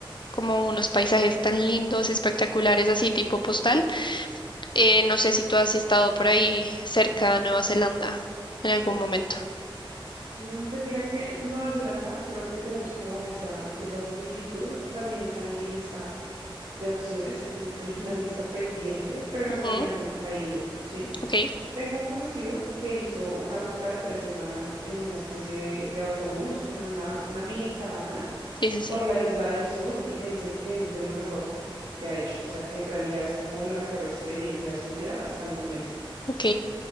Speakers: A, on the left (about 60°); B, on the right (about 80°).
A: como unos paisajes tan lindos, espectaculares, así tipo postal. Eh, no sé si tú has estado por ahí cerca de Nueva Zelanda en algún momento.
B: Mm, Pues mira que Nueva Zelanda, creo que tenemos como esa, esa similitud, también está en mi lista de opciones, en, <laughs> en una lista pendiente, pero en
A: Ujú,
B: realidad nunca he ido, ¿sí?
A: Ok.
B: Tengo un conocido que hizo una ruta de tres semanas en una especie de, de autobús, como en una, una mini caravana
A: Sí, sí, sí.
B: por la isla del sur y me dice que es de lo mejor que ha hecho, o sea que en realidad es como la mejor experiencia de su vida hasta el momento.
A: Ok,